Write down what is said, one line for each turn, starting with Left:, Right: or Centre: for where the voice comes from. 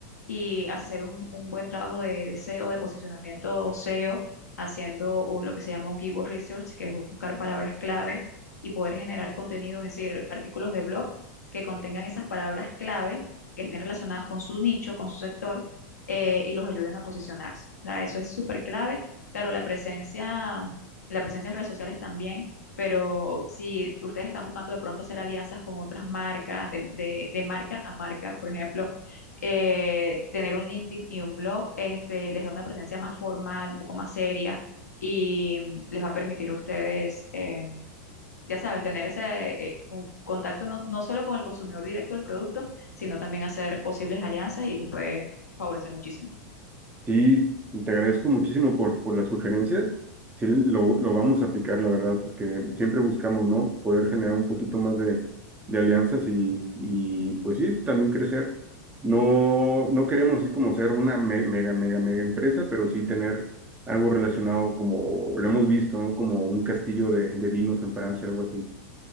Left: y hacer un, un buen trabajo de, de SEO, de posicionamiento SEO, haciendo o lo que se llama un keyword research, que es buscar palabras clave y poder generar contenidos, es decir, artículos de blog que contengan esas palabras clave que estén relacionadas con su nicho, con su sector, eh, y los ayuden a posicionarse. O sea, eso es súper clave. Claro, la presencia, la presencia en redes sociales también pero si ustedes están buscando de pronto hacer alianzas con otras marcas, de, de- de marca a marca, por ejemplo, eh, tener un LinkedIn y un blog, este, les da una presencia más formal, un poco más seria y les va a permitir a ustedes, eh, ya sabes, tener ese eh, un contacto no, no solo con el consumidor directo del producto, sino también hacer posibles alianzas y les puede favorecer muchísimo.
Right: Sí, te agradezco muchísimo por, por las sugerencias. Sí, lo, lo vamos a aplicar, la verdad, porque siempre buscamos, ¿no? Poder generar un poquito más de, de alianzas y, y, pues sí, también crecer. No, no queremos así como ser una me- mega, mega, mega empresa, pero sí tener algo relacionado como lo hemos visto, ¿no? Como un castillo de, de vinos en Francia, algo así.